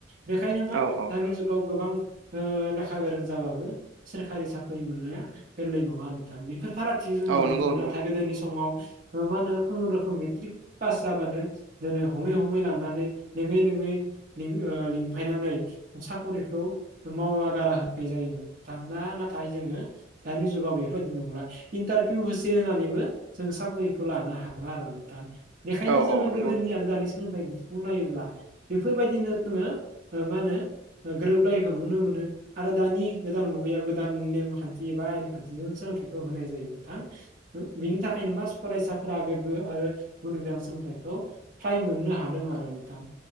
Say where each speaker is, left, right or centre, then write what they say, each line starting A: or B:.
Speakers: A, on the right; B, on the right.
A: बेखायनो मा
B: औ औ
A: दानि जुगाव गोबां। लेखा गोरों जाबाबो सोरखारि साख्रि मोननाया गोरलै नङा नोंथां बेफोर फाराग थि जों नुनो
B: औ नंगौ
A: मोनो
B: नंगौ
A: नाथाय गोदोनि समाव मा होनो खुनुरुखुम मेट्रिक पास जाबानो दिनै हमै हमै लांनानै लिङै लिङै लिं लिंफायनानै साख'रिखौ मावा गारा होनाय जायोमोनोना नाथाय जोङो। दानि जुगाव बे बायदि नंला। इन्टारभिउ होसे होनानैबो जों साखरिखौ लानो हागोन आरो नोंथां। बेखायनो
B: औ
A: जोङो
B: औ नंगौ
A: गोदोनि आरो दानि सोलोंथाइ बिथिंखौ नायोब्ला। बेफोरबायदिनो जोङो मा होनो गोरोबलायखौ नुनो मोनो। आरो दानि गोदान मुगायाव गोदान नेमखान्थि एबा आयेन खान्थिजों सोलोंथाइखौ होनाय जायो। नोंथां बेनि थाखायनो मा। फरायसाफोरा गोग्गो आरो गुन गोनां सोलोंथाइखौ फ्राय मोननो हादों आरो नोंथां।